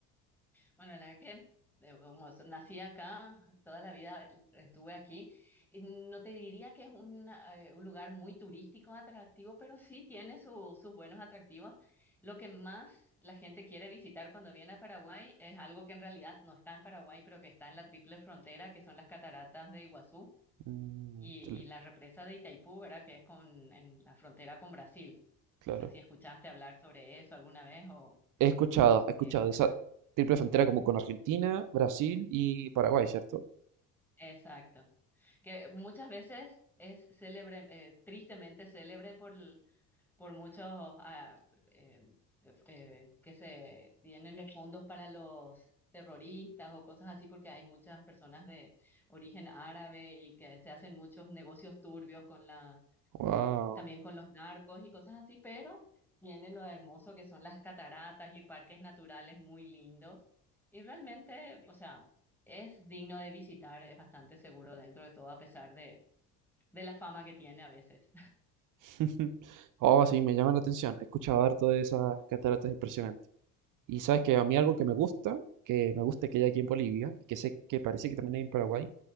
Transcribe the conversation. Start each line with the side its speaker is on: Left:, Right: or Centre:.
Centre: Bueno, la verdad que eh, como s- nací acá, toda la vida estuve aquí, y no te diría que es un, eh, un lugar muy turístico atractivo, pero sí tiene su- sus buenos atractivos. Lo que más la gente quiere visitar cuando viene a Paraguay es algo que en realidad no está en Paraguay, pero que está en la triple frontera, que son las cataratas de Iguazú
Right: Mm,
Centre: y,
Right: chale,
Centre: y la represa de Itaipú, ¿verdad? Que es con, en la frontera con Brasil.
Right: claro.
Centre: No sé si escuchaste hablar sobre eso alguna vez o
Right: He escuchado, he escuchado
Centre: qué es lo
Right: de
Centre: que
Right: esa
Centre: más.
Right: triple frontera como con Argentina, Brasil y Paraguay, ¿cierto?
Centre: Exacto. que muchas veces es célebre, eh, tristemente célebre por, el- por muchos ah, eh, eh, que se tienen los fondos para los terroristas o cosas así, porque hay muchas personas de origen árabe y que se hacen muchos negocios turbios con la,
Right: Wow.
Centre: también con los narcos y cosas así, pero tiene lo hermoso que son las cataratas y parques naturales muy lindos. Y realmente, o sea, es digno de visitar, es bastante seguro dentro de todo, a pesar de de la fama que tiene a veces.
Right: <laughs> Oh, sí, me llama la atención. He escuchado harto de esas cataratas impresionantes. Y sabes que a mí algo que me gusta, que me gusta que hay aquí en Bolivia, y que sé que parece que también hay en Paraguay,